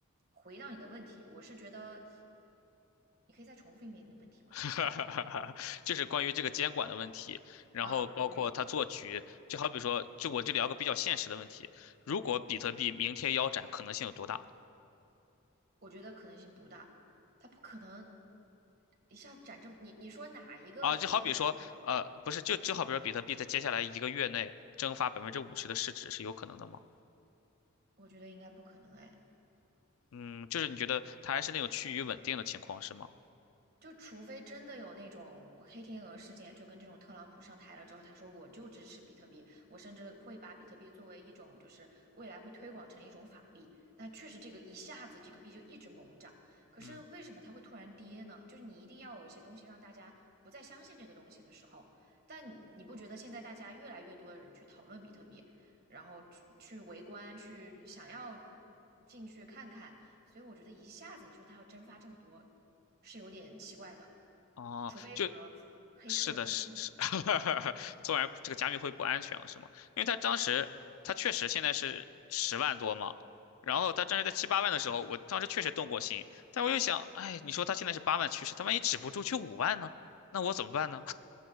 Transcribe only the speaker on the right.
回到你的问题，我是觉得你可以再重复一遍你的问题嘛，
对不对？
啊，对，
我觉得可能性不大，它不可能一下涨这么。你你说哪一个股票，
哪一个
我觉得应该不可能哎。
就除非真的有那种黑天鹅事件，就跟这种特朗普上台了之后，他说我就支持比特币，我甚至会把比特币作为一种就是未来会推广成一种法币。那确实这个一下子这个币就一直猛涨，可是为什么它会突然跌呢？
就是你一定要有一些东西让大家不再相信这个东西的时候，但你你不觉得现在大家越来越多的人去讨论比特币，然后去去围观，去想要进去看看。所以我觉得一下子你说他要蒸发这么多，是有点奇怪的，
除非什么黑客盗墓。